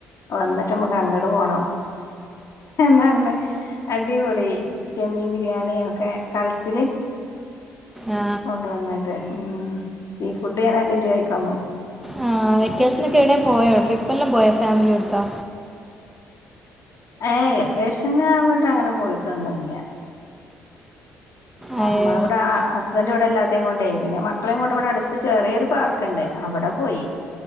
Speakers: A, on the left; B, in the centre.
A: വന്നിട്ട് നമ്മുക്ക് അങ്ങോട്ട് പോകണം. എന്നാ പറഞ്ഞേ? പൊളി ചെമ്മീൻ ബിരിയാണി ഒക്കെ കലത്തില്-
B: ആ
A: കൊണ്ടുവന്നിട്ട് ഉം സീ ഫുഡ് ഞാൻ ആദിയാട്ട് കഴിക്കാൻ പോ-
B: ആ വെക്കേഷനോ ഒക്കെ എവിടെലും പോയോ? ട്രിപ്പ് എല്ലാം പോയ ഫാമിലി എടുത്താ.
A: ഏ വെക്കേഷൻ അങ്ങട്ട് അങ്ങനെ പോയിട്ടൊന്നുമില്ല. നമ്മളവിടെ
B: ആയേ.
A: ആ- ഹസ്ബൻഡറ് ഇവിടെ എല്ലാവരെയും കൊണ്ടയി പിന്നെ മക്കളെയും കൊണ്ട് ഇവിടെരു- ചെറിയരു പാർക്കുണ്ട് അവിടെ പോയി.